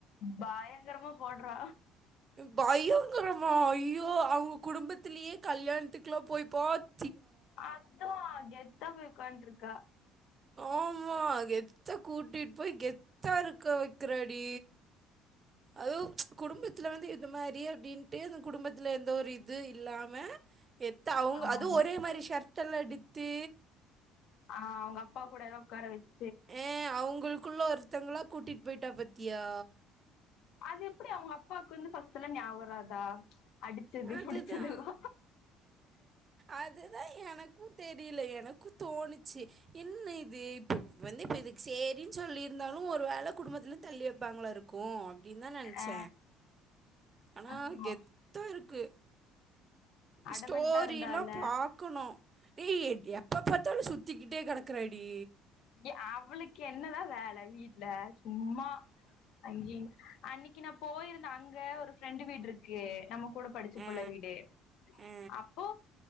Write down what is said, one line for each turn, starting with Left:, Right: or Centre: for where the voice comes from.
Left: பாயா பயங்கரமா போடுறா
Right: பயங்குறமா ஐயோ அவுங்க குடும்பத்திலயே கல்யாணத்துக்கு எல்லா போய் பாத்
Left: அதா கெத் த்தா போய் உக்கான்ட்ருக்கா
Right: ஆமா கெத்தா கூட்டிட் போய் கெத் கெத்தா இருக்க வெக்குறாடி அது குடும்பத்துல வந்து இந்த மாதரி அப்டின்ட்டு அந்த குடும்பத் எந்த ஒரு இது இல்லாம கெத்தா அவுங்க
Left: ஆம்
Right: அது ஒரே மாரி சர்ட் கட்டலடித்து
Left: ஆ அவங்க அப்பா கூட எதோ உக்கார வெச்
Right: அ அவுங்களுக் க்குள்ள ஒருத்தவங்களா கூட்டிட் போயிட்டா பாத்தியா
Left: அது எப்டி அவுங்க அப்பாக்கு வந்து ஃபஸ்ட் எல்லா ஞியாவ் வராதா அடிச்சது
Right: அதுதா
Left: புடிச்சதெல்லா
Right: அதுதா எனக்கு தெரியில எனக் க்கு தோணுச்சு என்ன இது இப்ப வந்து இதுக்கு சேரின் சொல்லிருந் ந்தாலு ஒரு வேல குடும்பத்துல இருந்து தள்ளி வெப்பாங்களா இருக் கு அப் அப்டின்தா நெனச்ச
Left: ஆ
Right: ஆனா
Left: ஆமா
Right: கெத்தா இருக் க்கு
Left: அடமென்ட்டா
Right: ஸ்டோரி
Left: இருந்தால
Right: எல்லாம் பாக்கணு ஏ எப்ப பாத்தாலு சுத்திக்கிட்டே கெடக்குறாடி டி
Left: டி அவுளுக்கு என்னதா வேல வீட்ல சும்மா அங்க அன்னிக்கு நா போயிருந்தேன் அங்க ஒரு ப்ரெண்டு வீடு இருக்கு நமக்கு கூட படிச்சு
Right: ஆ,
Left: போள்ள வீடு
Right: ஆ,
Left: அப்போ